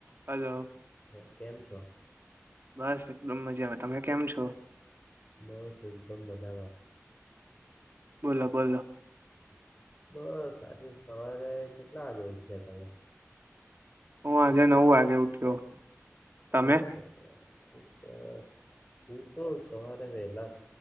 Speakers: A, on the right; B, on the left.
A: Hello
B: હ કેમ છો
A: બસ એકદમ મજા આવે તમે કેમ છો
B: બસ એકદમ મજામાં
A: બોલો બોલો
B: બસ આજે સવારે કેટલા વાગે ઉઠ્યા તમે
A: હું આજે નવ વાગે ઉઠ્યો તમે
B: ખુબ સરસ ખુબ સરસ હું તો સવારે વેલા